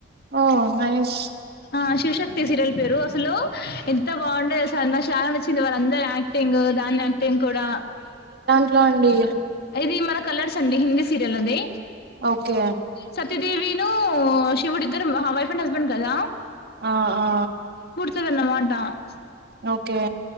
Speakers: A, on the right; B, on the left.
A: ఓహ్ నైస్
B: ఆ శివశక్తి సీరియల్ పేరు అసలు ఎంత బాగుండేది సార్ నాకు సాల నచ్చింది వాళ్ళందరు యాక్టింగ్ దాన్ని యాక్టింగ్ కూడా
A: ఇట్లా అండి
B: ఇది మన కలర్స్ అండి హిందీ సీరియల్ అది
A: ఓకే
B: సతీదేవి ను శివుడు ఇద్దరు వైఫ్ అండ్ హస్బెండ్ కదా
A: ఆ ఆ
B: తినమాటా <unintelligible>
A: ఓకే